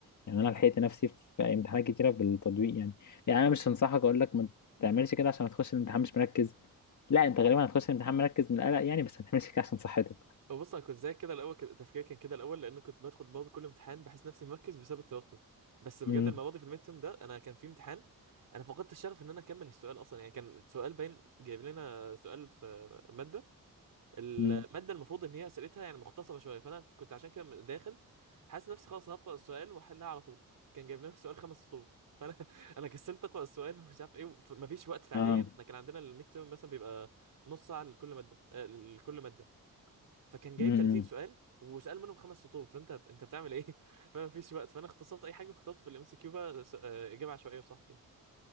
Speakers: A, on the left; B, on the right.
A: يعني انا لحقت نفسي في امتحانات كتيره بالتطبيق يعني يعني انا مش هنصحك اقول لك ما تعملش كده عشان هتخش الامتحان مش مركز لا انت غالبا هتخش الامتحان مركز من القلق يعني بس ما تعملش كده عشان صحتك
B: بص انا كنت زي كده الاول كده تفكيري كان كده الاول لان كنت بدخل برضه كل امتحان بحس نفسي مركز بسبب التوتر بس بجد
A: امم
B: المره دي في الميد تيرم ده انا كان في امتحان انا فقدت الشغف ان انا اكمل السؤال اصلا يعني كان سؤال باين جايب لنا سؤال في ماده الماده
A: امم.
B: المفروض ان هي اسئلتها يعني مختصره شويه فانا كنت عشان كده داخل حاسس نفسي خلاص هقرا السؤال واحلها على طول كان جايب لنا <laughs> سؤال خمس سطور فانا <laughs> انا كسلت اقرا السؤال ومش عارف ايه وف- مفيش وقت فعليا
A: اه
B: احنا كان عندنا الميد تيرم مثلا بيبقى نص ساعه لكل ماده آه، لكل ماده فكان جايب
A: امم
B: 30 سؤال وسأل منهم خمس سطور فانت انت بتعمل ايه <laughs> فانا مفيش وقت فانا اختصرت اي حاجه واخترت في الام سي كيو بقى س- آه، اجابه عشوائيه وصحفي